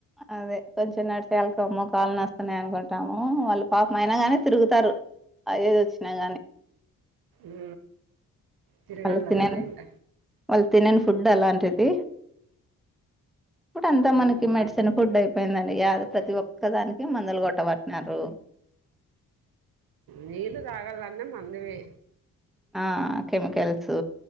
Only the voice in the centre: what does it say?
అదే కొంచెం నడిచే వెళ్తాము. కాళ్ళు నొస్తున్నాయ్ అనుకుంటాము వాళ్ళు పాపం అయినా గానే తిరుగుతారు. అ ఏజ్ వచ్చినా గానీ
వాళ్ళు తినను
వాళ్ళు తినని ఫుడ్ అలాంటిది ఇప్పుడు అంతా
మనకి
మెడిసిన్ ఫుడ్ అయి పోయిందండి యార్ ప్రతి ఒక్క దానికి మందులు గొట్ట పట్టినారు.
ఆ కెమికల్స్